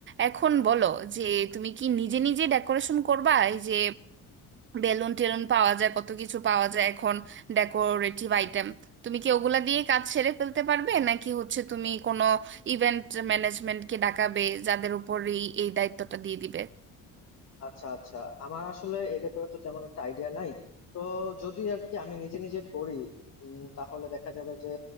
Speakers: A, on the right; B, on the left.
A: এখন বলো যে তুমি কি নিজে নিজে ডেকোরেশন করবা এই যে বেলুন টেলুন পাওয়া যায় কত কিছু পাওয়া যায় এখন ডেকোরেটিভ আইটেম তুমি কি ওগুলা দিয়ে কাজ সেরে ফেলতে পারবে নাকি হচ্ছে তুমি কোনো ইভেন্ট ম্যানেজমেন্টকে ডাকাবে যাদের উপর এই এই দায়িত্বটা দিয়ে দিবে
B: আচ্ছা আচ্ছা আমার আসলে এই ব্যাপারে তো তেমন একটা আইডিয়া নাই তো যদি আর কি আমি নিজে নিজে করি উম, তাহলে দেখা যাবে যে